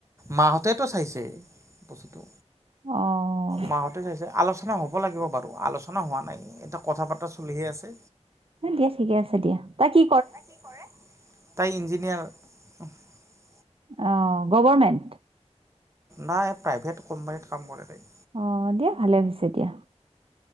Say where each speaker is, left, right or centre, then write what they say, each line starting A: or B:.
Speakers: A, on the right; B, on the right.
A: মাহঁতেতো চাইছে বস্তুটো,
B: অ',
A: মাহঁতে চাইছে, আলোচ আলচনা হ'ব লাগিব বাৰু, আলোচনা হোৱা নাই। এ কথা পতা চলিহে আছে।
B: এ, দিয়া ঠিকে আছে দিয়া। তাই কি
A: কৰে, তাই ইঞ্জিনিয়াৰ। <inaudible>
B: অ, গভৰমেণ্ট।
A: নাই প্ৰাইভেট কোম্পানীত কাম কৰে তাই।
B: অ, দিয়া ভালে হৈছে দিয়া।